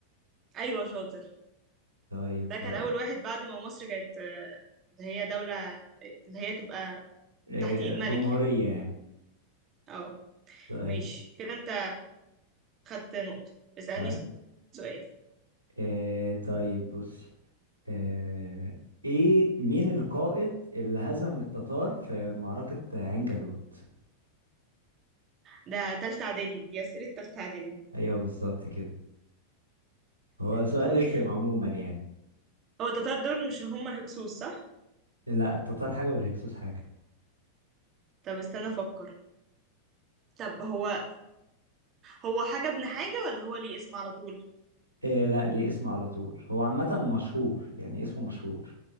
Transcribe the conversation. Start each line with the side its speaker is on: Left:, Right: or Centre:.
Right: أيوة شاطر
Left: طيب
Right: ده
Left: خلاص
Right: كان أول واحد بعد ما مصر كانت آه، اللي هي دولة اللي هي تبقى
Left: إيه،
Right: تحت إيد ملك
Left: جمهورية
Right: يعني
Left: يعني
Right: اه
Left: طيب
Right: ماشي كده أنت خدت نقطة اسألني
Left: طيب
Right: سؤال
Left: إيه طيب بصي إيه, ايه مين القائد اللي هزم التتار في معركة عين جالوت
Right: ده تالتة إعدادي دي أسئلة تالتة إعدادي
Left: ايوه بالظبط كده هو
Right: التتار
Left: سؤال رخم عموما يعني
Right: هو التتار دول مش هم الهكسوس صح؟
Left: لا التتار حاجة والهكسوس حاجة
Right: طب استنى أفكر طب هو هو حاجة ابن حاجة ولا هو ليه اسم على طول؟
Left: إيه لا ليه اسم على طول هو عامة مشهور يعني اسمه مشهور